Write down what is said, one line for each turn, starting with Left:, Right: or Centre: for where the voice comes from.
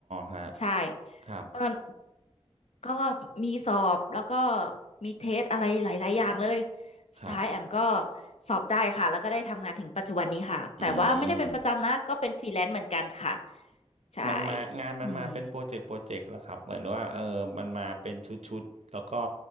Right: ฮะ
Left: ใช่
Right: ครับ
Left: ตอนก็มีสอบแล้วก็มีเทสอะไรหลายๆอย่างเลยสุดท้ายแอมก็
Right: ครับ
Left: สอบได้ค่ะแล้วก็ได้ทำงานถึงปัจจุบันนี้ค่ะแต่ว่าไม่ได้เป็นประจำนะก็เป็นฟรีแลนซ์เหมือนกันค่ะ
Right: อืม
Left: ใช่
Right: มันมางานมันมาเป็นโปรเจกต์โปรเจกต์แล้วครับเหมือนว่าเออมันมาเป็นชุดๆแล้วก็
Left: อืม